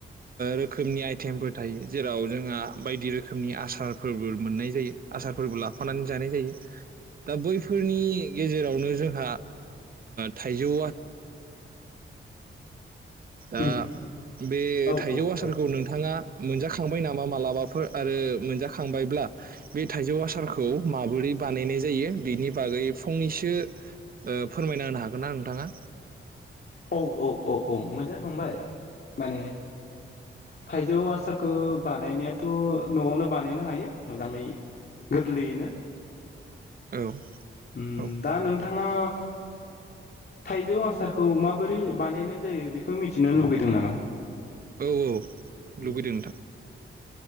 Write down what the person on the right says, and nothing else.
रोखोमनि जासेयावबो आइटेमफोर थायो जेराव जोंहा बायदि रोखोमनि आसारफोरबो मोननाय जायो आसारफोरबो लाफानानै जानाय जायो दा बैफोरनि गेजेरावनो ओ जोंहा थाइजौ दा
बे
थाइजौ
आसारखौ
नोंथाङा मोनजाखांबाय नामा मालाबाफोर आरो मोनजाखांबायब्ला बे थाइजौ आसारखौ माबोरै बानायनाय जायो बिनि बागै फंनैसो फोरमायना होनो हागोन ना नोंथांङा?
औ
औ
औ औ
लुबैदों नोंथां।